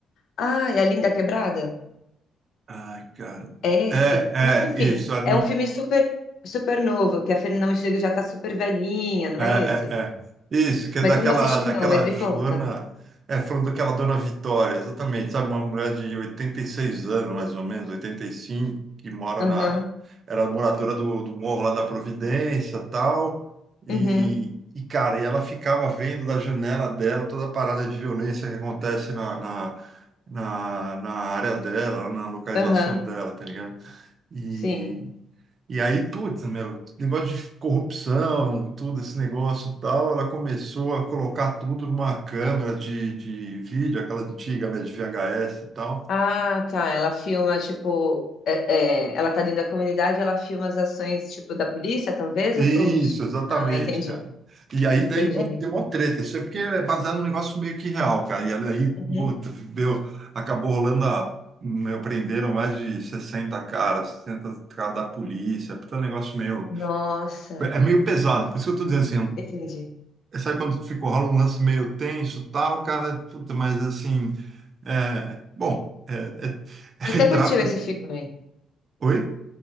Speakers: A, on the left; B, on the right.
A: Ah, é a Linda Quebrada?
B: Ai, cara.
A: É
B: É,
A: esse. Mas enfim,
B: é, isso, a
A: é um filme super super novo, que a Fernanda Montenegro já tá super velhinha, não
B: É, é,
A: é esse?
B: é. Isso, que é
A: Mas
B: daquela,
A: eu não assisti
B: daquela
A: não, mas me
B: Joana,
A: conta.
B: é, falando daquela Dona Vitória, exatamente, sabe? Uma mulher de 86 anos, mais ou menos, 85, que mora
A: Aham.
B: na... Era moradora do, do morro lá da Providência, tal, e,
A: Uhum.
B: e, cara, e ela ficava vendo da janela dela toda a parada de violência que acontece na, na, na, na área dela, na localização
A: Aham.
B: dela, tá ligado? E,
A: Sim.
B: e aí, putz, meu, negócio de corrupção, tudo esse negócio e tal, ela começou a colocar tudo numa câmera de, de vídeo, aquela antiga, né, de VHS e tal.
A: Ah, tá. Ela filma, tipo, é, é, ela tá dentro da comunidade, ela filma as ações, tipo, da polícia, talvez?
B: Isso,
A: Ou, ou-
B: exatamente,
A: Ah, entendi.
B: cara. E aí daí
A: Entendi.
B: mó- deu uma treta, isso é porque é baseado num negócio meio que real, cara. E aí, puta,
A: Uhum.
B: deu, acabou rolando a, meu, prenderam mais de 60 caras, 60 caras da polícia, puta, é um negócio meio,
A: Nossa,
B: é meio pesado. Por isso que eu tô dizendo assim,
A: entendi.
B: Sabe quando ficou rola um lance meio tenso, tal, cara, puta, mas assim, é, bom, é, é- <laughs>
A: Mas
B: retrata.
A: você curtiu esse filme?
B: Oi?